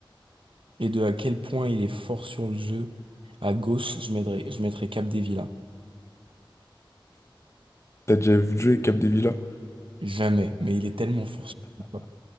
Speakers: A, on the right; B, on the left.
A: et de à quel point il est fort sur le jeu, à gauche, je mettrais, je mettrais Capdevila.
B: T'as déjà vu jouer Capdevila?
A: Jamais, mais il est tellement fort sur FIFA.